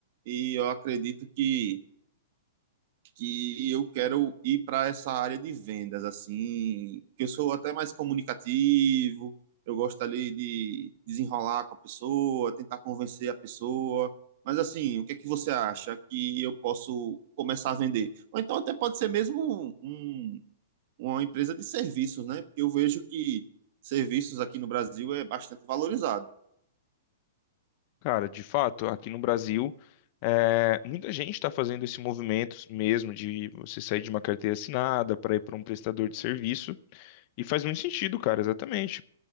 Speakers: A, on the right (about 45°); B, on the left (about 40°).
A: E eu acredito que que eu quero ir para essa área de vendas, assim, que eu sou até mais comunicativo, eu gosto ali de desenrolar com a pessoa, tentar convencer a pessoa. Mas assim, o que é que você acha que eu posso começar a vender? Ou então até pode ser mesmo um, um, uma empresa de serviços, né? Porque eu vejo que serviços aqui no Brasil é bastante valorizado.
B: Cara, de fato, aqui no Brasil, é, muita gente está fazendo esse movimento mesmo de você sair de uma carteira assinada para ir para um prestador de serviço, e faz muito sentido, cara, exatamente.